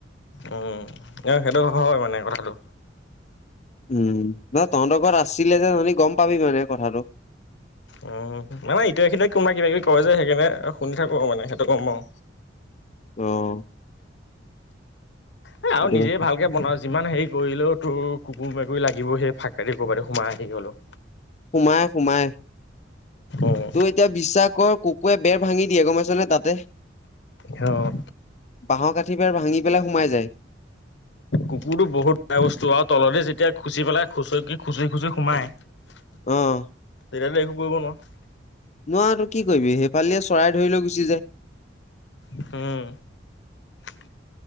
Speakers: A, on the left; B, on the left.
A: উমঁ' হয় সেইটো হয় মানে কথাটো।
B: উমঁ' বা তহঁতৰ ঘৰত আছিলে যে তহঁতি গম পাবি মানে কথাটো।
A: উমঁ' মানে ইটোৱে সিটোৱে কোনোবা কিবাকিবি কয় যে সেইকাৰণে শুনি থাকো আৰু মানে সেইটো গম <unintelligible>
B: অঁ।
A: এ আৰু
B: সেইটো
A: নিজে
B: কথা
A: ভালকে বনা যিমান সেৰি কৰিলেও তোৰ কুকুৰ মেকুৰী লাগিব সেই ফাকে দি ক'ৰবাত সোমাই আহি হলো।
B: সোমাই সোমাই।
A: উম
B: তোৰ এতিয়া বিশ্বাস কৰ কুকুৰে বেৰ ভাঙি দিয়ে গম পাইছ নে তাতে।
A: অঁ।
B: বাঁহৰ কাঠিবেৰ ভাঙি পেলাই সোমাই যায়।
A: কুকুৰটো বহুত বেয়া বস্তু আৰু তলতে যেতিয়া খুচি পেলাই খুচৰি খুচি খুচি সোমাই- <unintelligible>
B: অঁ।
A: তেতিয়াটো একো কৰিব নোৱাৰ।
B: নোৱাৰটো কি কৰিবি সেইফালে চৰাই ধৰি লৈ গুচি যায়।
A: উমঁ' আৰু